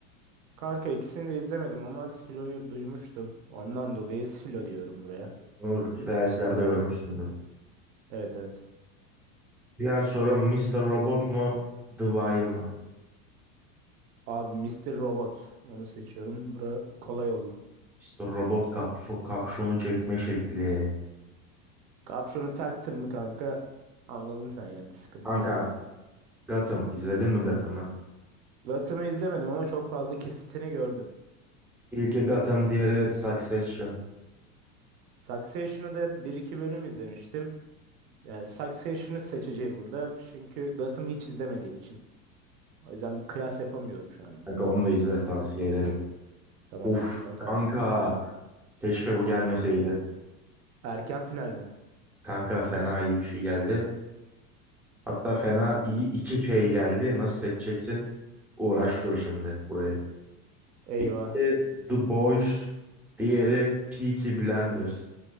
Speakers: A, on the right; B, in the centre.
A: Kanka ikisini de izlemedim ama Silo'yu duymuştum. Ondan dolayı Silo diyorum buraya.
B: Bunu Reels'lerde görmüşsündür.
A: Evet evet.
B: Diğer soru Mr. Robot mu The Wire mı?
A: Abi Mister Robot onu seçiyorum. Bura kolay oldu.
B: İşte robot kapso kapşonu çekme şekli.
A: Kapşonu taktın mı kanka? Anladın sen yani sıkıntı
B: Kanka
A: yok.
B: Gotham izledin mi Gotham'ı?
A: Gotham'ı izlemedim ama çok fazla kesitini gördüm.
B: İlki Gotham diğeri Succession.
A: Succession'ı da bir iki bölüm izlemiştim. Yani Succession'ı seçeceğim burada. Çünkü Gotham'ı hiç izlemediğim için. O yüzden bir kıyas yapamıyorum şu anda.
B: Kanka onu da izle tavsiye ederim.
A: Tamamdır
B: Uf
A: not
B: kanka
A: aldım.
B: keşke bu gelmeseydi.
A: Erken final mi?
B: Kanka fena iyi bir şey geldi. Hatta fena iyi iki şey geldi. Nasıl seçeceksin? Uğraş dur şimdi burayı.
A: Eyvah.
B: İlki The Boys diğeri Peaky Blinders.